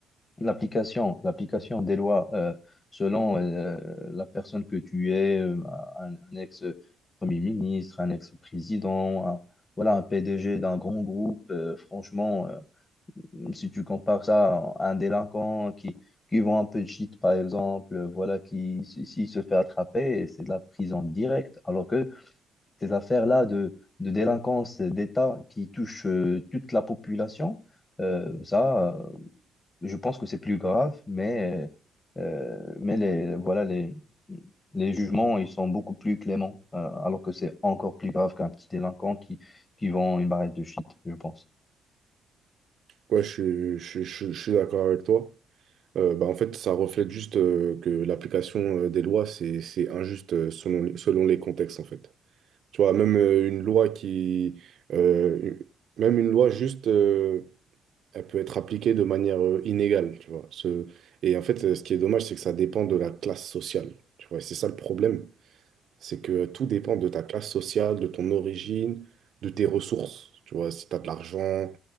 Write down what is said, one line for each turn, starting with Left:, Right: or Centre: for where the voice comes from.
Left: l'application, l'application des lois euh, selon euh, la personne que tu es, euh, un, un ex-premier ministre, un ex-président, un- voilà, un PDG d'un grand groupe, euh, franchement, euh, si tu compares ça à un délinquant qui, qui vend un peu de shit, par exemple, euh, voilà, qui, si, s'il se fait attraper, c'est de la prison directe. Alors que ces affaires-là de, de délinquance d'État qui touchent euh, toute la population, euh, ça, euh, je pense que c'est plus grave, mais, euh, mais les, voilà, les, les jugements, ils sont beaucoup plus cléments, euh, alors que c'est encore plus grave qu'un petit délinquant qui, qui vend une barrette de shit, je pense.
Right: Ouais, je, suis- je, suis je suis- je suis d'accord avec toi. Euh, bah, en fait, ça reflète juste euh, que l'application euh, des lois, c'est, c'est injuste euh, selon, les- selon les contextes, en fait. Tu vois, même euh, une loi qui... euh, même une loi juste... euh, elle peut être appliquée de manière euh, inégale, tu vois. Ce... Et en fait, euh, ce qui est dommage, c'est que ça dépend de la classe sociale, tu vois. Et c'est ça le problème, c'est que tout dépend de ta classe sociale, de ton origine, de tes ressources, tu vois. Si tu as de l'argent,